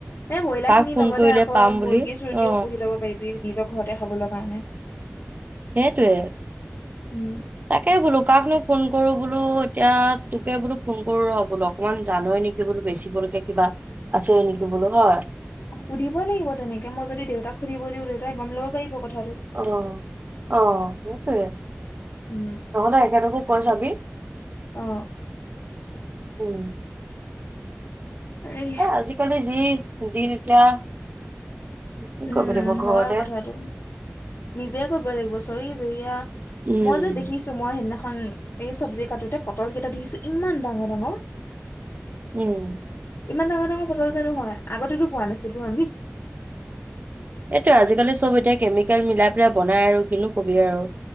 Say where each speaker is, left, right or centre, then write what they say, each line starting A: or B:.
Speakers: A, on the left; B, on the right.
A: এই বইলাৰ
B: কাক
A: খিনিৰ
B: ফোন
A: লগতে
B: কৰিলে
A: আকৌ
B: পাম
A: মুৰ্গী
B: বুলি
A: চৰ্গীও
B: অ
A: পুহি লব পাৰিবি নিজৰ ঘৰতে খাবলৈ কাৰণে।
B: সেইটোৱে।
A: উম,
B: তাকে বোলো কাকনো ফোন কৰো বোলো এতিয়া তোকে বোলো ফোন কৰো ৰ'বোলো অকমান জানোৱেই নেকি বোলো বেচিবলৈকে কিবা আছেই নেকি বোলো হয়।
A: সুধিবই লাগিব তেনেকে মই যদি দেউতাক সুধিব দিও দেউতাই গম ল'ব পাৰিব কথাটো
B: অ অ <unintelligible>
A: উম
B: নহলে এখেতকো কৈ চাবি
A: অ
B: উম
A: আৰে
B: আজিকালি যি <unintelligible> কি কৰিব
A: উম
B: লাগিব ঘৰতে
A: হয় কথাটো নিজে কৰিব লাগিব চৰি <unintelligible>
B: উম
A: মই যে দেখিছো মই সেইদিনাখন এই চব্জি কাটোতে পটল কেইটা দি দিছো ইমান ডাঙৰ ডাঙৰ
B: উম
A: ইমান ডাঙৰ ডাঙৰ পটল জানো হয়য আগতেতো পোৱা নাছিলো আমি
B: এইটো আজিকালি চব এতিয়া কেমিকেল মিলাই পেলাই বনাই আৰু কিনো কবি আৰু